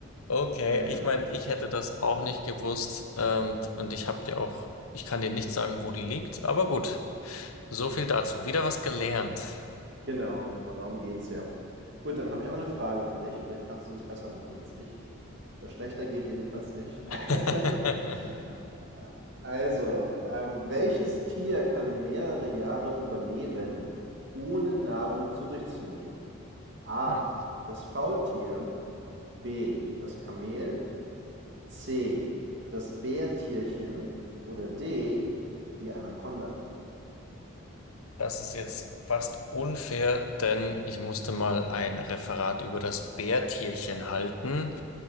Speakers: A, on the left (about 80°); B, on the right (about 55°).
A: Okay,
B: Na ja.
A: ich meine, ich hätte das auch nicht gewusst, ähm, und ich habe dir auch, ich kann dir nicht sagen, wo die liegt, aber gut, so viel dazu. Wieder was gelernt.
B: Genau, darum geht's ja. Gut, dann habe ich auch eine Frage für dich. Vielleicht kannst du es besser machen als ich. Äh, schlechter geht jedenfalls nicht.
A: <laughs>
B: <laughs> also, ähm, welches Tier kann mehrere Jahre überleben, ohne Nahrung zu sich zu nehmen? A:
A: Hm.
B: Das Faultier, B: das Kamel, C: das Bärtierchen oder D: die Anaconda?
A: Das ist jetzt fast unfair, denn ich musste mal ein Referat über das Bärtierchen halten.